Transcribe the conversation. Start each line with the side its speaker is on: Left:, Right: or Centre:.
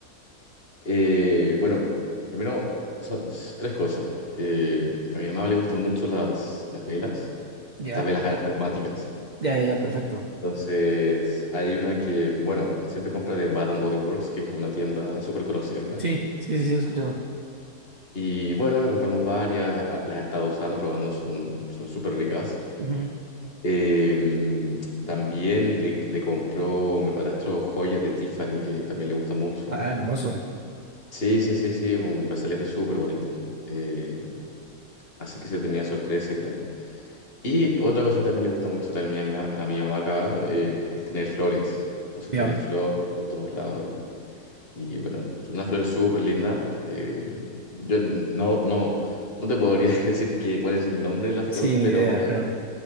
Left: eh, bueno, primero son s- tres cosas. Eh, a mi mamá le gustan mucho las, las velas,
Right: Ya.
Left: estas velas a- aromáticas.
Right: Ya, ya, ya, perfecto.
Left: Entonces, hay una que, bueno, siempre compra de Bath and Body Works, que es una tienda súper conocida acá.
Right: Sí, sí, sí, sí, lo he escuchado.
Left: Y bueno, le compramos varias, las he estado usando, probando, son, son súper ricas.
Right: Ujú.
Left: Em, también le, le compró mi padrastro joyas de Tiffany, que también le gusta mucho.
Right: Ah, hermoso.
Left: Sí, sí, sí, sí, un brazalete súper bonito. Eh, así que se tenía sorpresa y tal. Y otra cosa que también le gusta mucho también a mi, a mi mamá acá eh, es tener flores. Entonces
Right: Ya.
Left: tiene flores por todos lados y Y bueno, es una flor súper linda. Eh, yo no, no, no te podría <laughs> decir que, cuál es el nombre de la flor,
Right: Sí, ni
Left: pero
Right: idea, ajá.